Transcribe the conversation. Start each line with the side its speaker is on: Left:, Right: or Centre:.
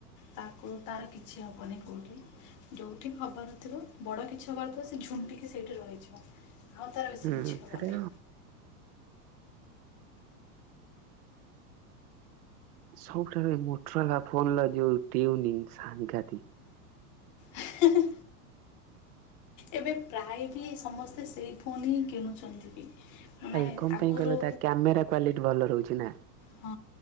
Left: ତାକୁ ତାର କିଛି ହବନି କୋଉଠି। ଯୋଉଠି ବି ହବାର ନଥିବ ବଡ କିଛି ହବାର ଥିବ ସେ ଝୁଣ୍ଟିକି ସେଇଠି ରହିଯିବ। ଆଉ ତାର ବେଶୀ
Right: ହୁଁ
Left: କିଛି ହବନି।
Right: ସେଟା ସବୁଠାରୁ ଏ ମୋଟରୋଲା ଫୋନ୍ ଲ ଯୋଉ ଟିଉନିଙ୍ଗ ସାଂଘାତିକ୍।
Left: ହେ-ହେ। ଏବେ ପ୍ରାୟ ବି ସମସ୍ତେ ସେଇ ଫୋନ୍ ହିଁ କିଣୁଚନ୍ତି ବି। ମାନେ
Right: ଆରେ କଣ
Left: ଆଗରୁ
Right: ପାଇଁ କହିଲ ତା କ୍ୟାମେରା କ୍ଵାଲିଟି ଭଲ ରହୁଚି ନା।
Left: ହଁ।